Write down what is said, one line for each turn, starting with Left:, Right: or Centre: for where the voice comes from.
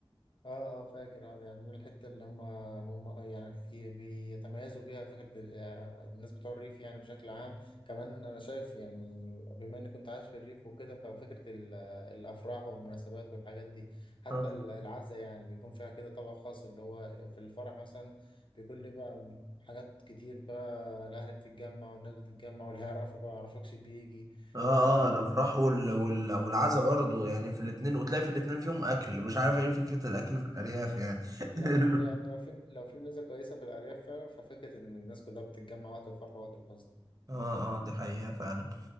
Left: اه اه فاكر اه ده يعني من الحته اللي هم هم آه، يعني هي بيتميزوا بيها فكره ال- آه، الناس بتوع الريف يعني بشكل عام كمان انا شايف يعني بما اني كنت عايش في الريف وكده ففكره ال- آه، الافراح والمناسبات والحاجات دي حتى
Right: آه.
Left: ال- العزاء يعني بيكون فيها كده طبق خاص اللي هو في الفرح مثلا بيكون ليه بقى م- حاجات كتير بقى الاهل بتتجمع والناس بتتجمع واللي يعرفك ما يعرفكش بيجي
Right: اه
Left: فيعني
Right: اه الافراح وال... وال... والعزا برضه يعني في الاتنين وتلاقي في الاتنين فيهم اكل مش عارف ايه فكرة الاكل
Left: <laughs>
Right: في الارياف يعني
Left: لا
Right: <laughs>
Left: هو يعني لو في لو في ميزة كويسة في الأرياف فعلا ففكرة إن الناس كلها بتتجمع وقت الفرح ووقت الفصل
Right: اه اه دي حقيقة فعلا